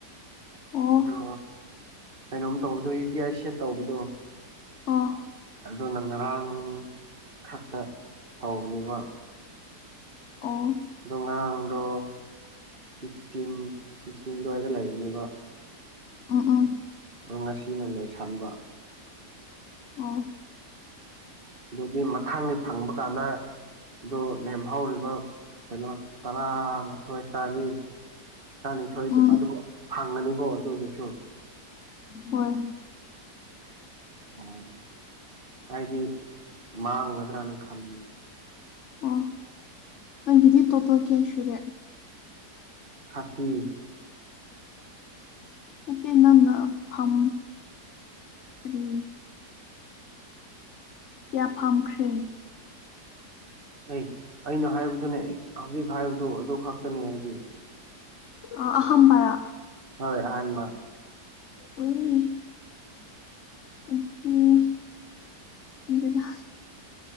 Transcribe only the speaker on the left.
ꯑꯣ
ꯑꯣ
ꯑꯣ
ꯎꯝ ꯎꯝ
ꯑꯣ
ꯎꯝ
ꯍꯣꯏ
ꯑꯣ ꯅꯪꯒꯤꯗꯤ ꯇꯣꯇꯜ ꯀꯌꯥ ꯁꯨꯔꯦ
ꯅꯠꯇꯦ ꯅꯪꯅ ꯐꯝ ꯀꯔꯤ ꯀꯌꯥ ꯐꯝꯈ꯭ꯔꯦ
ꯑ ꯑꯍꯝꯕꯔ
ꯎꯏ ꯑꯗꯨꯗꯤ ꯎꯏ ꯑꯗꯨꯗ